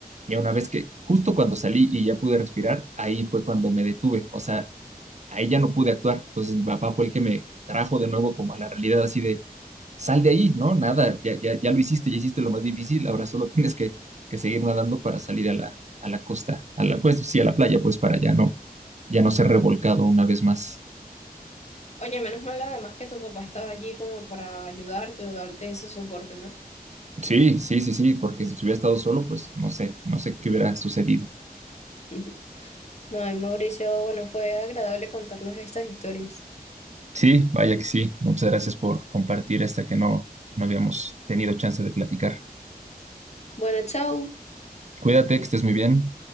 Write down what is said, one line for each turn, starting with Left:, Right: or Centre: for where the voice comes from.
Right: Y una vez que, justo cuando salí y ya pude respirar, ahí fue cuando me detuve. O sea, ahí ya no pude actuar. Entonces mi papá fue el que me trajo de nuevo como a la realidad así de, sal de ahí, ¿no? Nada, ya, ya, ya lo hiciste, ya hiciste lo más difícil, ahora solo tienes que, que seguir nadando para salir a la, a la costa, a la, pues sí, a la playa, pues para ya no, ya no ser revolcado una vez más.
Left: Oye, menos mal además que tu papá estaba allí como para ayudarte o darte ese soporte, ¿no?
Right: Sí, sí, sí, sí, porque si hubiera estado solo, pues no sé, no sé qué hubiera sucedido.
Left: <laughs> Ay, Mauricio, bueno, fue agradable contarnos estas historias.
Right: Sí, vaya que sí. Muchas gracias por compartir esta que no, no habíamos tenido chance de platicar.
Left: Bueno, chao.
Right: Cuídate, que estés muy bien.